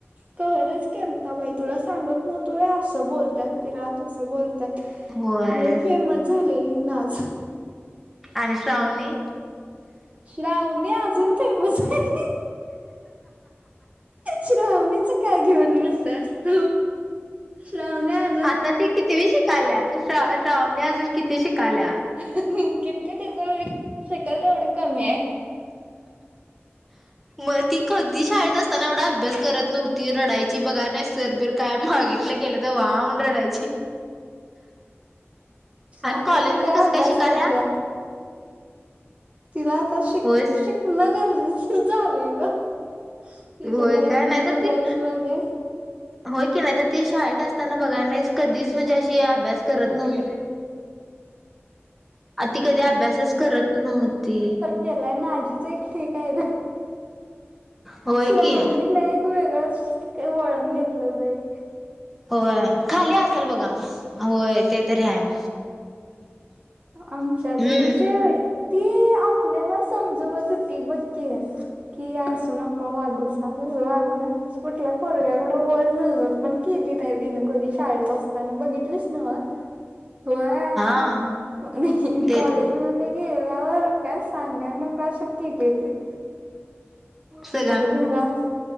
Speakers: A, on the right; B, in the centre.
A: कहरच केलं आता बाई तुला सांगत नव्हतो वया. असा बोलतात तिला तसं बोलतात
B: होय
A: लय फेमस झालेली नाज.
B: आणि श्रावणी.
A: श्रावणी अजून फेमस आहे. श्रावणीच. काय घेऊन बसल्यास तू श्रावणी अ ''--''
B: आता ती कितवि शिकायल्या श श श्रावणे अजून कितवी शिकाल्या.
A: कितीे त्याचा शीकल तेवढं कमी हाय.
B: मग ती कधी शाळेत असताना एवढा अभ्यास करत नव्हता. ती रडायची बघा नाही सरबीर काय मागितलं केलं तर वा म्हण रडायची. आणि
A: आता
B: कॉलेजमध्ये
A: ति लय
B: कसं
A: अभ्यास
B: काय शिकाल्या
A: करत्या. तिला आता शिक
B: होयच
A: शिकणं गरजेच झालेय ग. तिच्या
B: होय
A: लाईफ
B: काय
A: मुल
B: नाही तर ती
A: लाईफ मध्ये.
B: होय की नाही तर ती शाळेत असताना बघाय नाहीस कधीच म्हणजे अशी अभ्यास करत नव्हती. आ ती कधी अभ्यासच करत नव्हती.
A: त्याला नाजी एक ठीक आहे ग.
B: होय
A: श्रामणी
B: की
A: ना एक वेगळंच ते वळण घेतलं बाई.
B: होय खाली असल बघा होय ते तरी आहे.
A: आमच्यात
B: हम्म
A: म्हणजे ती आपल्याला समजवत होती बचकी. की असू नक वागूसस वागू नकास कुठल्या पोरग्याकड वर नजर. पण केली नाही तिनं कधी शाळेत असताना बघितलेच ना व होय.
B: हा,
A: अ
B: ते
A: कॉलेज
B: तर
A: मध्ये गेल्यावर काय सांगाय न का असं क ग तिन.
B: सय.
A: आता घरात